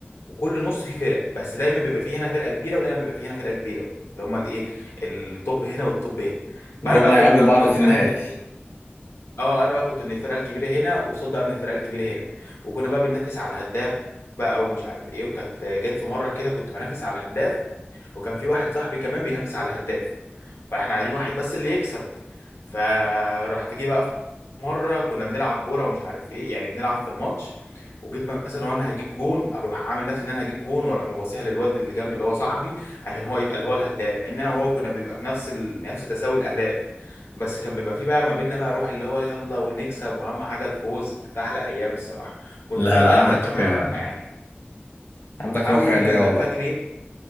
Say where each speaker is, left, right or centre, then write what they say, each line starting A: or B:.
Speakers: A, on the left; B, on the left.
A: وكل نص فيه فرق بس دايما بيبقى فيه هنا فرقه كبيره ودايما بيبقى فيه هنا فرقه كبيره اللي هم الايه الطب هنا والطب هنا
B: اللي
A: فانا
B: هم
A: بقى
B: هيقابلوا
A: كنت بقى,
B: بعض
A: بقى
B: في النهائي
A: انا من الفرق- اه انا بقى كنت من الفرقه الكبيره هنا وصاد بقى من الفرقه الكبيره هنا وكنا بقى بننافس على الهداف بقى ومش عارف ايه وكانت جت في مره كده كنت بنافس على الهداف وكان في واحد صاحبي كمان بينافس على الهداف فاحنا عايزين واحد بس اللي يكسب فرحت جه بقى في مره كنا بنلعب كوره ومش عارف ايه يعني بنلعب في الماتش وجيت مثلا وانا هجيب جون اروح عامل نفسي ان انا هجيب جون واروح مباصيها للواد اللي جنبي اللي هو صاحبي عشان هو يبقى اللي هو الهداف مع ان انا وهو كنا بنبقى في نفس ال... نفس تساوي الاهداف بس كان بيبقى في بقى ما بيننا بقى روح اللي هو يلا ونكسب واهم حاجه الفوز كانت احلى ايام الصراحه كنت
B: لا
A: بقى
B: لا
A: بلعب
B: عندك
A: كمان
B: آه،
A: يعني
B: عندك
A: اول
B: روح رياضية
A: لما
B: والله
A: الفجر